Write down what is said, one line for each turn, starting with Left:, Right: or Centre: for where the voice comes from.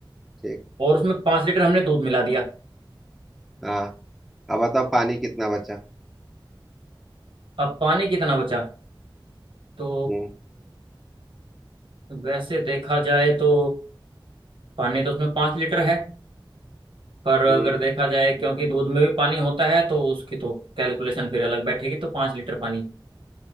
Centre: ठीक
Right: और उसमें पांच लीटर हमने दूध मिला दिया
Centre: हाँ अब बताओ पानी कितना बचा
Right: अब पानी कितना बचा तो
Centre: हम्म
Right: वैसे देखा जाए तो पानी तो उसमें पांच लीटर है पर अगर
Centre: हम्म
Right: देखा जाए क्योंकि दूध में भी पानी होता है तो उसकी तो कैलकुलेशन फिर अलग बैठेगी तो पांच लीटर पानी